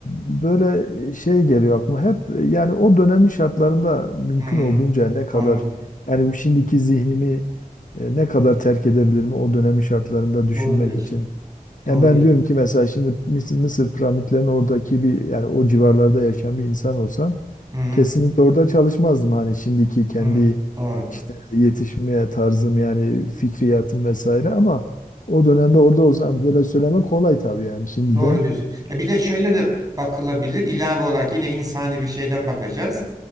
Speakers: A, on the left; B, on the right.
A: böyle şey geliyor aklıma hep yani o dönemin şartlarında mümkün
B: Hı,
A: olduğunca ne kadar
B: anladım.
A: yani şimdiki zihnimi e, ne kadar terk edebilirim o dönemin şartlarında düşünmek
B: Doğru diyorsun.
A: için.
B: Doğru
A: Yani ben
B: bir.
A: diyorum ki mesela şimdi Mısır, Mısır piramitlerinin oradaki bir yani o civarlarda yaşayan bir insan olsam
B: Hı, hı,
A: kesinlikle orada çalışmazdım hani şimdiki kendi
B: hı, doğru.
A: işte yetişmeye tarzım yani fikriyatım vesaire ama o dönemde orada olsam böyle söylemek kolay tabii yani şimdiden.
B: Doğru diyorsun. Ya bir de şöyle de bakılabilir. İlave olarak yine insani bir şeyden bakacağız.